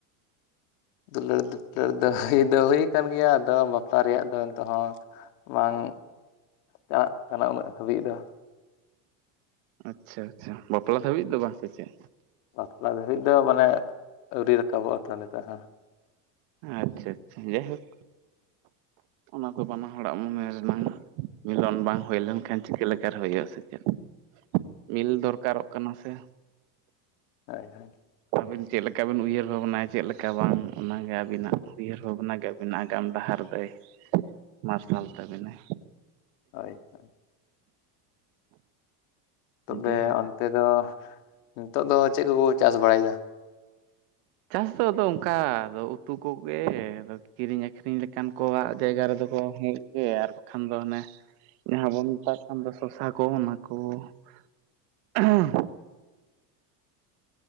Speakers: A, on the left; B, on the right.
A: ᱫᱩᱞᱟᱹᱲᱼ ᱫᱩᱯᱞᱟᱹᱲ ᱫᱚ ᱦᱩᱭ ᱫᱚ ᱦᱩᱭ ᱠᱟᱱ ᱜᱮᱭᱟ ᱟᱫᱚ ᱵᱟᱯᱞᱟ ᱨᱮᱭᱟᱜ ᱫᱚ ᱱᱤᱛᱚᱜ ᱦᱚᱸ ᱵᱟᱝ ᱪᱟᱞᱟᱜ ᱠᱟᱱᱟ ᱩᱱᱟᱹᱜ ᱦᱟᱹᱵᱤᱡ ᱫᱚ᱾
B: ᱟᱪᱪᱷᱟ ᱟᱪᱪᱷᱟ ᱵᱟᱯᱞᱟ ᱫᱷᱟᱹᱵᱤᱡ ᱫᱚ ᱵᱟᱝ ᱥᱮ ᱪᱮᱫ?
A: ᱵᱟᱯᱞᱟ ᱫᱷᱟᱹᱨᱤᱡ ᱫᱚ ᱢᱟᱱᱮ ᱟᱹᱣᱨᱤ ᱨᱟᱠᱟᱵᱚᱜᱼᱟ ᱛᱟᱦᱞᱮ ᱛᱚ ᱦᱟᱸ᱾
B: ᱟᱪᱪᱷᱟ ᱟᱪᱪᱷᱟ, ᱡᱟᱭ ᱦᱳᱠ ᱚᱱᱟ ᱫᱚ, ᱵᱟᱱᱟ ᱦᱚᱲᱟᱜ ᱢᱚᱱᱮ ᱨᱮᱱᱟᱝ ᱢᱤᱞᱚᱱ ᱵᱟᱝ ᱦᱩᱭ ᱞᱮᱱᱠᱷᱟᱱ, ᱪᱤᱠᱟᱹ ᱞᱮᱠᱟ ᱨᱮ ᱦᱩᱭᱩᱜᱼᱟ ᱾ ᱥᱮ ᱪᱮᱫ? ᱢᱤᱞ ᱫᱚᱨᱠᱟᱨᱚᱜ ᱠᱟᱱᱟ ᱥᱮ?
A: ᱦᱳᱭ, ᱦᱳᱭ ᱾
B: ᱟᱹᱵᱤᱱ ᱪᱮᱫ ᱞᱮᱠᱟ ᱵᱤᱱ ᱩᱭᱦᱟᱹᱨ ᱵᱷᱟᱵᱽᱱᱟᱭᱟ ᱾ ᱪᱮᱫ ᱞᱮᱠᱟ ᱵᱟᱝ? ᱚᱱᱟ ᱜᱮ ᱟᱹᱵᱤᱱᱟᱜ ᱩᱭᱦᱟᱹᱨ ᱵᱷᱟᱵᱽᱱᱟ ᱜᱮ, ᱟᱹᱵᱤᱱᱟᱜ ᱟᱜᱟᱢ ᱰᱟᱦᱟᱨ ᱫᱚᱭ
A: <inaudible>
B: ᱢᱟᱨᱥᱟᱞ ᱛᱟᱵᱤᱱᱟ ᱾
A: ᱦᱳᱭ, ᱦᱳᱭ ᱾ ᱛᱚᱵᱮ,
B: ᱡᱟᱭᱦᱳᱠ
A: ᱚᱱᱛᱮ ᱫᱚ, ᱱᱤᱛᱚᱜ ᱫᱚ ᱪᱮᱫ ᱠᱚᱠᱚ, ᱪᱟᱥ ᱵᱟᱲᱟ ᱭᱮᱫᱟ?
B: ᱪᱟᱥ ᱫᱚ ᱟᱫᱚ, ᱚᱱᱠᱟ ᱫᱚ ᱩᱛᱩ ᱠᱚᱜᱮ, ᱟᱫᱚ ᱠᱤᱨᱤᱧ ᱟᱹᱠᱷᱨᱤᱧ ᱞᱮᱠᱟᱱ ᱠᱚᱣᱟᱜ ᱡᱟᱭᱜᱟ ᱨᱮᱫᱚ ᱠᱚ, ᱦᱮᱡ ᱜᱮ ᱟᱨ ᱵᱟᱠᱷᱟᱱ ᱫᱚ, ᱚᱱᱮ ᱡᱟᱦᱟᱸ ᱵᱚᱱ ᱢᱮᱛᱟᱜ ᱠᱟᱱ ᱫᱚ, ᱥᱚᱥᱟ ᱠᱚ, ᱚᱱᱟ ᱠᱚ ᱾ ᱮᱼᱦᱻᱟᱸ ᱾